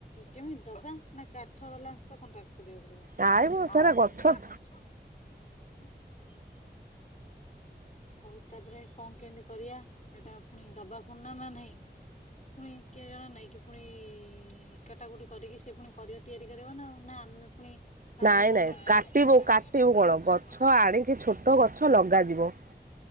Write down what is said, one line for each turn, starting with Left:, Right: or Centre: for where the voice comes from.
Left: କେମିତି ଦବା ନା କାଠ ବାଲାସହ କଣ୍ଟାକ୍ଟ କରିବାକୁ
Right: ନାଇଁ ମ
Left: ପଡିବ।
Right: ସେରା ଗଛ
Left: <unintelligible> <unintelligible> ହଉ ତାପରେ କଣ କେମିତି କରିବା ଏଟା ପୁଣି ଦବା ପୁଣି ନା ନା ନାଇଁ ପୁଣି କିଏ ଜଣେ ନାଇଁକି ପୁଣି କାଟା କୁଟି କରିକି ସେ ପୁଣି କରି ତିଆରି କରିବ ନା ଆଉ ନା ଆମେ ପୁଣି କାହାକୁ
Right: ନାଇଁ
Left: କଣ୍ଟାକ୍ଟ
Right: ନାଇଁ କାଟିବୁ
Left: କରି
Right: କାଟିବୁ କଣ ଗଛ
Left: ଆଉ
Right: ଆଣିକି ଛୋଟ ଗଛ ଲଗାଯିବ।